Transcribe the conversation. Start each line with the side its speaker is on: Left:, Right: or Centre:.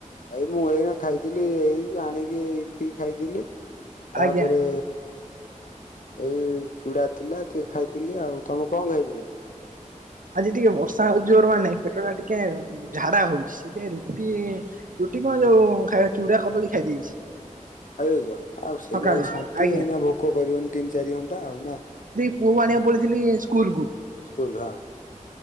Left: ଏଇ ମୁଁ ଏଇନା ଖାଇଥିଲି ଏଇ ଆଣିକି ଇପି ଖାଇଥିଲି। ତାପରେ
Right: ଆଜ୍ଞା।
Left: ଏଇ ଚୁଡ଼ା ଥିଲା ଟିକେ ଖାଇଥିଲି ଆଉ ତମେ କଣ ଖାଇଥିଲେ?
Right: ଆଜି ଟିକେ ବର୍ଷା ହଉଛି ଜୋର ମାନେ ପେଟ ଟା ଟିକେ ଝାଡା ହଉଛି ସେଇଥିପାଇଁ ରୁଟି ରୁଟି କଣ ଯୋଉ ଖାଇବା ଚୁଡ଼ା କଦଳୀ ଖାଇ ଦେଇଛି।
Left: ଖାଇଛ ଦେଇଛ ଆଉ ସେଇଟା
Right: ସକାଳେ
Left: ତ ଶାନ୍ତି
Right: ଆଜ୍ଞା।
Left: ହେଇନା ଭୋକ କରିବନି ତିନି ଚାରି ଘଣ୍ଟା ଆଉ ନା।
Right: ମୁଁ ପୁଅ କୁ ଆଣିବାକୁ ପଳେଇଥିଲି ସ୍କୁଲ କୁ।
Left: ସ୍କୁଲରୁ ହଁ।